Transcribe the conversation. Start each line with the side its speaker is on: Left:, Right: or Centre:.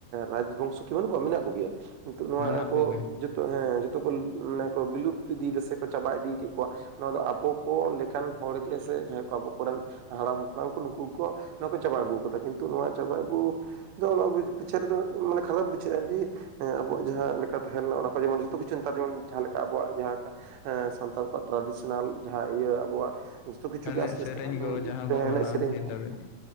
Right: ᱨᱟᱡᱽ ᱵᱚᱝᱥᱚ ᱠᱤ ᱵᱟᱹᱱᱩᱜ ᱠᱚᱣᱟ ᱢᱮᱱᱟᱜ ᱠᱚᱜᱮᱭᱟ᱾ ᱱᱤᱛᱚᱜ ᱱᱚᱣᱟ
Left: ᱢᱮᱱᱟᱜ
Right: ᱟᱠᱚ
Left: ᱠᱚᱜᱮ
Right: ᱡᱚᱛᱚ ᱦᱮᱸ ᱡᱚᱛᱚ ᱠᱚ ᱢᱟᱱᱮ ᱠᱚ ᱵᱤᱞᱩᱯᱛ ᱤᱫᱤᱫᱟ ᱥᱮ ᱪᱟᱵᱟ ᱤᱫᱤ ᱠᱮᱜ ᱠᱚᱣᱟ ᱱᱚᱣᱟ ᱫᱚ ᱟᱵᱚ ᱠᱚ ᱞᱮᱠᱟᱱ ᱦᱚᱲ ᱜᱮ ᱥᱮ ᱡᱟᱦᱟᱸᱭ ᱠᱚ ᱟᱵᱚ ᱠᱚᱨᱮᱱ ᱦᱟᱲᱟᱢ ᱵᱟᱝ ᱠᱚ ᱱᱩᱠᱩ ᱠᱚ ᱱᱚᱣᱟ ᱠᱚ ᱪᱟᱵᱟ ᱟᱹᱜᱩ ᱠᱟᱫᱟ ᱠᱤᱱᱛᱩ ᱱᱚᱣᱟ ᱪᱟᱵᱟ ᱟᱹᱜᱩ ᱫᱚ ᱚᱱᱟ ᱯᱤᱪᱟᱨ ᱫᱚ ᱢᱟᱱᱮ ᱠᱷᱟᱨᱟᱯ ᱵᱩᱡᱷᱟᱹᱜᱼᱟ ᱫᱤ ᱮᱸ ᱟᱵᱚᱣᱟᱜ ᱡᱟᱦᱟᱸ ᱞᱮᱠᱟ ᱛᱟᱦᱮᱸ ᱞᱮᱱᱟ ᱚᱱᱟ ᱠᱚ ᱡᱮᱢᱚᱱ ᱡᱷᱚᱛᱚ ᱠᱤᱪᱷᱩ ᱱᱮᱛᱟᱨ ᱡᱮᱢᱚᱱ ᱡᱟᱦᱟᱸ ᱞᱮᱠᱟ ᱟᱵᱚᱣᱟᱜ ᱡᱟᱦᱟᱸ ᱞᱮᱠᱟ, ᱮᱸ ᱥᱟᱱᱛᱟᱲ ᱠᱚᱣᱟᱜ ᱴᱨᱟᱰᱤᱥᱚᱱᱟᱞ ᱡᱟᱦᱟᱸ ᱤᱭᱟᱹ ᱟᱵᱚᱣᱟᱜ ᱡᱚᱛᱚ ᱠᱤᱪᱷᱩ
Left: ᱮᱱᱮᱡ
Right: ᱜᱮ ᱟᱥᱛᱮ
Left: ᱥᱮᱨᱮᱧ
Right: ᱟᱥᱛᱮᱵᱚᱱ
Left: ᱠᱚ ᱡᱟᱦᱟᱸ
Right: ᱮᱱᱮᱡ
Left: ᱠᱚ ᱢᱮᱱᱟᱜᱼᱟ
Right: ᱥᱮᱨᱮᱧ
Left: ᱱᱤᱛ
Right: ᱠᱚᱦᱚᱸ᱾
Left: ᱫᱷᱟᱹᱵᱤᱡ